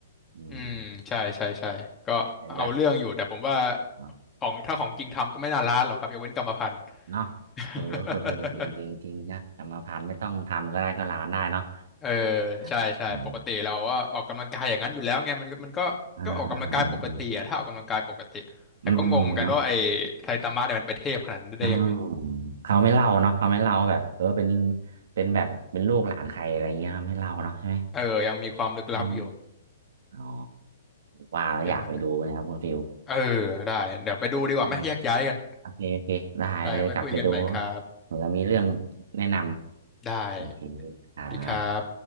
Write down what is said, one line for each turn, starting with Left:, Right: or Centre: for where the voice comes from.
Right: อืม
Left: อืมใช่ใช่ใช่ก็เอาเรื่องอยู่แต่ผมว่า
Right: อาจจะแบบเนาะ
Left: ของถ้าของจริงทำก็ไม่น่าล้านหรอกครับยกเว้นกรรมพันธุ์
Right: เนาะเออ
Left: <laughs>
Right: <laughs> เออเออจริงจริงจริงนะกรรมพันธุ์ไม่ต้องทำก็ได้ก็ล้านได้เนาะ
Left: เออใช่ใช่ปกติเราก็ออกกำลังกายอย่างนั้นอยู่แล้วไงมันก็มันก็ก็ออกกำลังกายปกติอะถ้าออกกำลังกายปกติแต่ก็งงเหมือนกันว่าไอ้
Right: <laughs> อออ่าอ่าอ่าอืมอืมเนาะ
Left: ไซตามะเนี่ยมันเป็นเทพขนาดนั้นได้ยังไง
Right: อ่าเขาไม่เล่าเนาะเขาไม่เล่าแบบเออเป็นเป็นแบบเป็นลูกหลานใครอะไรเงี้ยไม่เล่าเนาะใช่ไหม
Left: เออยังมีความลึกลับอยู่
Right: อืมอ๋อว่าแล้วอยากไปดูนะครับคุณฟิล
Left: ใช่เออได้เดี๋ยวไปดูดีกว่าไหมแยกย้ายกัน
Right: อ๋อโอเคโอเคได้เลยกลับไปดู
Left: ได้ไว้คุยกันใหม่ครับ
Right: เหมือนมีเรื่องแนะนำโอเค
Left: ได้
Right: ครับ
Left: สวัสดีครับ